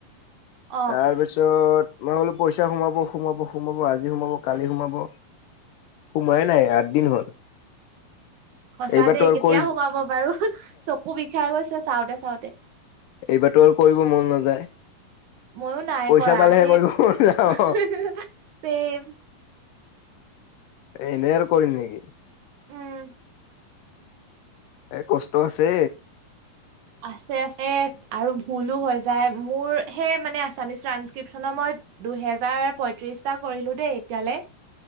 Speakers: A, on the right; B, on the left.
A: অ
B: তাৰপিছত মই বোলো পইচা সোমাব, সোমাব সোমাব আজি সোমাব কালি সোমাব, সোমাই নাই আঠ দিন হল।
A: সঁচা
B: এইবাৰতো
A: দেই
B: আৰু
A: কেতিয়া
B: কৰি
A: সোমাব বাৰু? চকু বিষাই গৈছে চাওঁতে চাওঁতে।
B: এইবাৰতো আৰু কৰিব মন নাযায়।
A: ময়ো নাই
B: পইচা
A: কৰা
B: পালেহে
A: হেই।
B: কৰিব মন যাব
A: <unintelligible>
B: এনেই আৰু কৰিম নেকি?
A: উম।
B: এ কষ্ট আছে।
A: আছে আছে। আৰু ভুলো হৈ যায় মোৰ সেই মানে আছামিছ ট্ৰানসক্ৰিপ্যনৰ মই দুহেজাৰ পয়ত্ৰিশটা কৰিলো দেই এতিয়ালে।